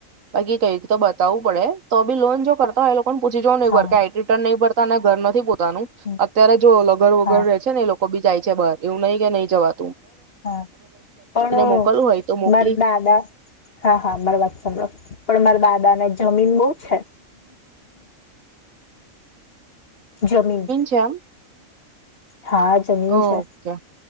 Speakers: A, on the right; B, on the left.
A: બાકી કઈક તો બતાવું પડે, તો બી લોન જો કરતા હોય એ લોક કોન પૂછી જોવો ને એક
B: હા
A: વાર કે આઈ ટી રિટર્ન ભર તાને ઘર નથી પોત તાનું,
B: હમ,
A: અત્યારે જો લગર વગર
B: હા
A: રહે છે ને એ લોક લોકો બી જાય છે બહાર, એવું નહીં કે નહીં જવા
B: હા, પણ
A: મોકલવું હોય તો મોકલી
B: માર દાદા હા, હા, મારી વાત સાંભળો, પણ માર દાદ દા ને જમીન બહું છે. જમીન,
A: છે આમ
B: હા જમીન
A: ઓકે
B: છે.